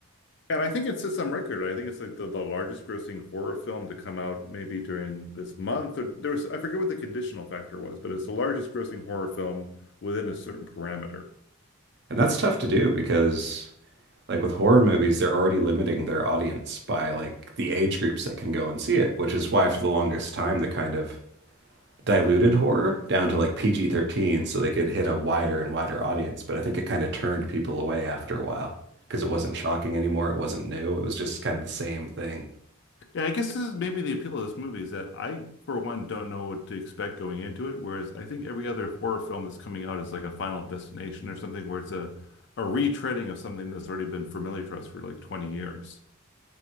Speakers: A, on the left (about 55°); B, on the right (about 55°).
A: And I think it sits on record. right? I think it's like the, the largest grossing horror film to come out maybe during this month. Or there was I forget what the conditional factor was, but it's the largest grossing horror film within a certain parameter.
B: And that's tough to do because like with horror movies, they're already limiting their audience by like the age groups that can go and see it, which is why for the longest time the kind of diluted horror down to like PG 13 so they could hit a wider and wider audience. But I think it kind of turned people away after a while because it wasn't shocking anymore. It wasn't new. It was just kind of the same thing.
A: Yeah, I guess this is maybe the appeal of this movie is that I, for one, don't know what to expect going into it. Whereas I think every other horror film that's coming out is like a Final Destination or something where it's a, a retreading of something that's already been familiar to us for like 20 years.